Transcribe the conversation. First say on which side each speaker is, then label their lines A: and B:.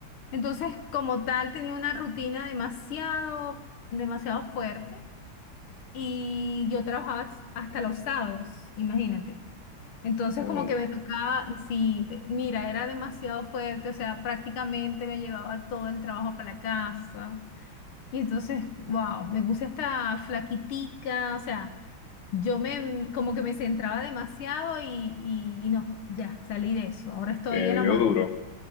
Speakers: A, on the left; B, on the left.
A: Entonces, como tal, tenía una rutina demasiado, demasiado fuerte y yo trabajaba s- hasta los sábados, imagínate. Entonces,
B: Oh,
A: como que me tocaba, sí, te- mira, era demasiado fuerte, o sea, prácticamente me llevaba todo el trabajo para la casa. Y entonces, wow, me puse hasta flaquitica, o sea, yo me, como que me centraba demasiado y, y- y no, ya, salí de eso. Ahora estoy
B: te
A: en la
B: dio
A: moda
B: duro.